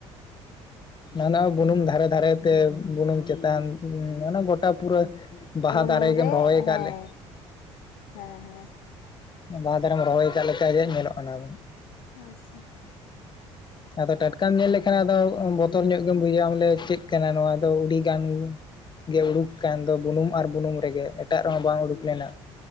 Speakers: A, on the left; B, on the left.
A: ᱱᱟᱱᱟ ᱵᱩᱱᱩᱢ ᱫᱷᱟᱨᱮ ᱫᱷᱟᱨᱮᱛᱮ ᱵᱩᱱᱩ ᱪᱮᱛᱟᱱ ᱢᱟᱱᱮ ᱜᱚᱴᱟ ᱯᱩᱨᱟ ᱵᱟᱦᱟ
B: ᱵᱩᱞᱩᱝ
A: ᱫᱟᱨᱮ ᱜᱮᱢ
B: ᱨᱮ
A: ᱨᱚᱦᱚᱭ ᱟᱠᱟᱫ
B: ᱦᱮᱸ
A: ᱞᱮ
B: ᱦᱮᱸ ᱦᱮᱸ
A: ᱵᱟᱦᱟ ᱫᱟᱨᱮᱢ ᱨᱚᱦᱚᱭ ᱟᱠᱟᱫ ᱞᱮᱠᱟ ᱜᱮ ᱧᱮᱞᱚᱜ ᱚᱱᱟ ᱫᱚ
B: ᱟᱪᱪᱷᱟ <inaudible>
A: ᱟᱫᱚ ᱴᱟᱴᱠᱟᱢ ᱧᱮᱞ ᱞᱮᱠᱷᱟᱱ ᱟᱫᱚ ᱵᱚᱛᱚᱨ ᱧᱚᱜ ᱜᱮᱢ ᱵᱩᱡᱷᱟᱹᱣᱟ ᱵᱚᱞᱮ ᱪᱮᱫ ᱠᱟᱱᱟ ᱱᱚᱣᱟ ᱫᱚ ᱳᱰᱤᱜᱟᱱ ᱜᱮ ᱩᱰᱩᱠ ᱟᱠᱟᱱ ᱫᱚ ᱵᱩᱱᱩᱢ ᱟᱨ ᱵᱩᱱᱩᱢ ᱨᱮᱜᱮ ᱮᱴᱟᱜ ᱨᱮᱦᱚᱸ ᱵᱟᱝ ᱩᱰᱩᱠ ᱞᱮᱱᱟ,